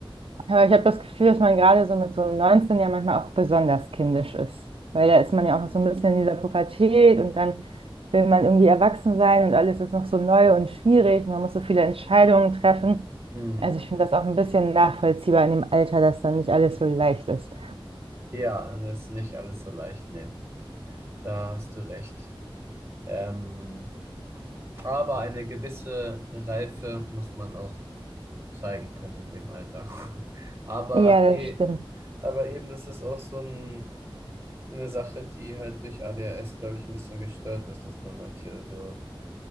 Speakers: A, on the right (about 85°); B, on the right (about 30°).
A: aber ich habe das Gefühl, dass man gerade so mit so einem 19 ja manchmal auch besonders kindisch ist. Weil da ist man ja auch so ein bisschen in dieser Pubertät und dann will man irgendwie erwachsen sein und alles ist noch so neu und schwierig. Man muss so viele Entscheidungen treffen.
B: hm.
A: Also ich finde das auch ein bisschen nachvollziehbar in dem Alter, dass dann nicht alles so leicht ist.
B: Ja, und das ist nicht alles so leicht, nee. Da hast du recht. Ähm, aber eine gewisse Reife muss man auch zeigen können in dem Alter. <laughs> Aber,
A: Ja,
B: eh,
A: das stimmt.
B: aber eben, das ist auch so ein, eine Sache, die halt durch ADHS, glaube ich, ein bisschen gestört ist, dass man manche so